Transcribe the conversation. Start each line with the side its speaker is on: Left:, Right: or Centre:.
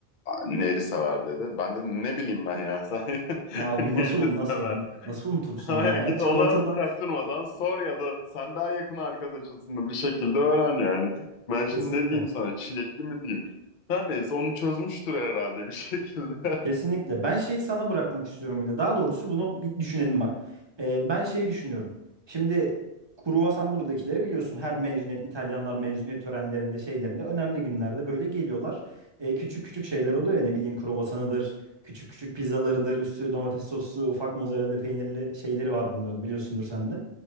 Left: neyli sever dedi. Ben dedim ne bileyim ben ya sen <laughs>
Right: Aa,
Left: neyli
Right: bu nasıl un nasıl
Left: sever.
Right: nasıl unutursun
Left: Aynen,
Right: ama ya
Left: git
Right: çikolatalı
Left: ona çaktırmadan sor ya da sen daha yakın arkadaşısın bir şekilde öğren yani. Ben şimdi
Right: kesinlikle.
Left: ne diyeyim sana çilekli mi diyeyim? Her neyse onu çözmüştür herhalde bir şekilde.
Right: Kesinlikle. Ben şeyi sana bırakmak istiyorum bir de. Daha doğrusu bunu bir düşünelim bak. Ee, ben şeyi düşünüyorum. Şimdi kruvasan buradakileri biliyorsun. Her mezuniyet, İtalyanlar mezuniyet törenlerinde, şeylerinde önemli günlerde böyle geliyorlar. Ee, küçük küçük şeyler oluyor ya ne bileyim kruvasanıdır, küçük küçük pizzalarıdır, üstü domates soslu, ufak mozzarella peynirli şeyleri var bunların biliyorsundur sen de.